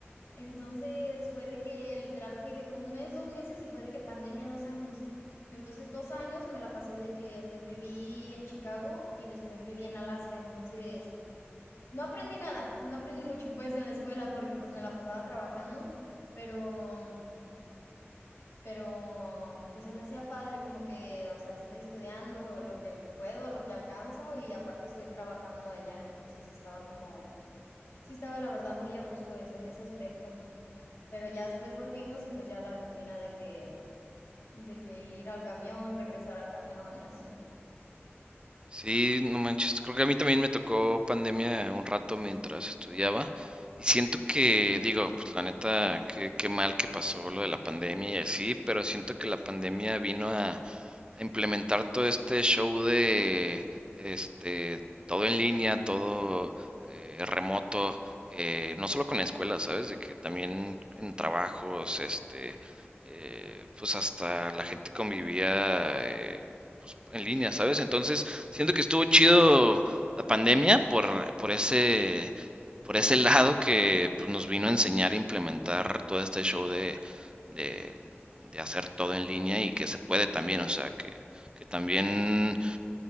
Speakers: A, on the left; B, on the right.
A: Entonces fue de que literal fui de que un mes, dos meses y fue de que pandemia dos años. Entonces dos años me la pasé de que pues viví en Chicago y después viví en Alaska. Entonces no aprendí nada, no aprendí mucho pues en la escuela porque pues me la pasaba trabajando, pero pero pues se me hacía padre como que, o sea, estoy estudiando lo que puedo, lo que alcanzo y aparte estoy trabajando allá, entonces estaba como, sí estaba la verdad muy a gusto es- en ese aspecto. Pero ya después volvimos y pues ya la rutina de que de que ir al camión, regresar al camión y así.
B: Sí, no manches. Creo que a mí también me tocó pandemia un rato mientras estudiaba. Y siento que, digo, pues la neta, qué, qué mal que pasó lo de la pandemia y así, pero siento que la pandemia vino a, a implementar todo este show de, este, todo en línea, todo eh, remoto, eh, no solo con la escuela, ¿sabes? De que también en trabajos, este, eh, pues hasta la gente convivía eh, pues, en línea, ¿sabes? Entonces, Siento que estuvo chido la pandemia por, por ese, por ese lado que pues, nos vino a enseñar a implementar todo este show de, de, de hacer todo en línea y que se puede también, o sea, que, que también